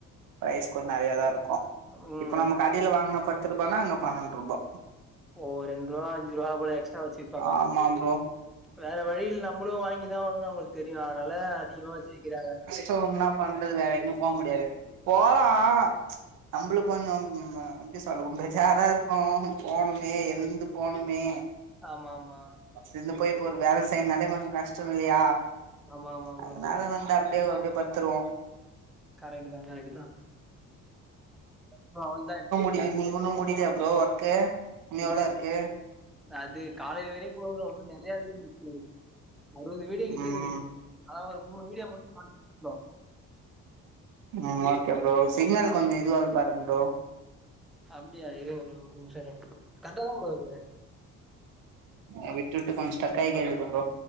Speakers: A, on the right; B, in the centre.
A: ப்ரைஸ் கொஞ் நெறையா தா இருக்கு
B: ஓ
A: இப்ப நம்ம கடைல வாங்னா பத்துருபான்னா அங்க பன்னண்ட்ருபா
B: ஓ ரெண்ருவா அஞ்சுருவா போல எக்ஸ்ட்ரா வெச்சு விப்பாங்க
A: ஆமா ப்ரோ
B: வேற வழியில்ல நம்ளு வாங்கிதாவ்ணு அவங்கள்க் தெரியிது அதனால அதிகமா வெச்சி விக்கிறாங்க
A: சோ உன்னா பண்றது வேற எங்யு போ முடியாது போலா நம்ப்ளு கொஞ்சோ ம் அ எப்டி சொல்ல ம் பேஜாரா இருக்கு போணுமே எழ்ந்து போணுமே
B: ஆமாமா
A: பஸ்லிந்து போய் இப்ப ஒரு வேல செய்ன்னாலே கொஞ்சோ கஷ்டமில்லியா
B: ஆமா ஆமா ப்ரோ
A: அதுனால வந்து அப்டியேவு அப்டே பத்துருவோ
B: கரெக்ட்டு தா கரெக்ட்டு தா ப்ரோ அவ்ள்தா
A: ஏ நீங் உன்னு முடிக்லயா ப்ரோ ஒர்க்கு உன்னி எவ்ளோ
B: இல்ல
A: இருக்கு
B: அது காலைல வரையு போகு ப்ரோ உன்னு நெறையா இருக்கு <inaudible> அறுவது வீடியோ கிட்ட
A: ம்
B: இருக்கு அதா ஒரு மூணு வீடியோ மட்டு <inaudible> ப்ரோ
A: ம் ஓகே ப்ரோ சிக்னல் கொஞ்சோ இதுவாருக் பாருங் ப்ரோ
B: அப்டியா இருங்க ப்ரோ ஒரு நிம்ஷோ இருங் கர்ட்டா தா ப்ரோ இருக்கு
A: அ விட்டு விட்டு கொஞ் ஸ்டக்காய் கேக்குது ப்ரோ